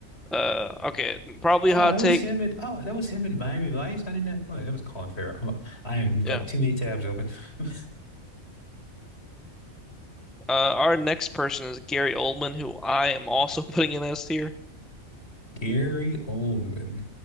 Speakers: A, in the centre; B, on the left (about 50°).
A: Uh, okay, probably
B: Oh,
A: hot
B: that
A: take.
B: was him at. Oh, that was him in Miami Vice. I didn't. know- Oh, that was Colin Farrell. I'm, I am got
A: Yeah,
B: too many tabs open. <laughs>
A: Uh, our next person is Gary Oldman, who I am also <laughs> putting in S tier.
B: Gary Oldman.